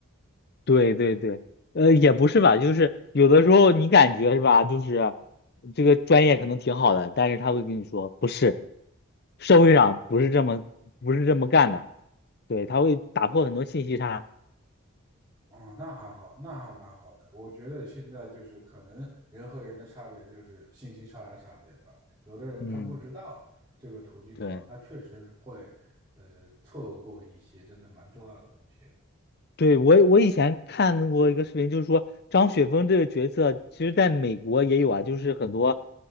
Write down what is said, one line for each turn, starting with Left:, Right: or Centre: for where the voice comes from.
Left: 对对对，呃，也不是吧，就是有的时候你感觉是吧，就是这个专业可能挺好的，但是他会跟你说不是，社会上不是这么不是这么干的，对，他会打破很多信息差。
Right: 哦，那还好，那还蛮好的。我觉得现在就是可能人和人的差别就是信息差的差别吧。有的人他不知道这个途径的话，
Left: 嗯，对。
Right: 他确实会呃错过一些真的蛮重要的东西的
Left: 对，我我以前看过一个视频，就是说张雪峰这个角色，其实在美国也有啊，就是很多